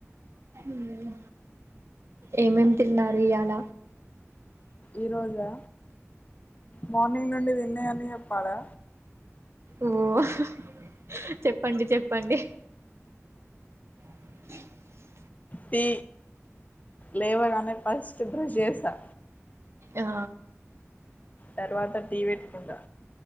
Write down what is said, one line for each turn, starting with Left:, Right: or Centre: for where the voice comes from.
Right: ఉమ్ ఏమేం తిన్నారు ఇయ్యాల
Left: ఈ రోజా మార్నింగ్ నుండి దిన్నయన్ని చెప్పలా?
Right: ఓహ్ హ్ చెప్పండి చెప్పండి. <unintelligible>
Left: టీ లేవగానే ఫస్ట్ బ్రస్ జేసా
Right: ఆ
Left: తర్వాత టీ పెట్ట్కుంటా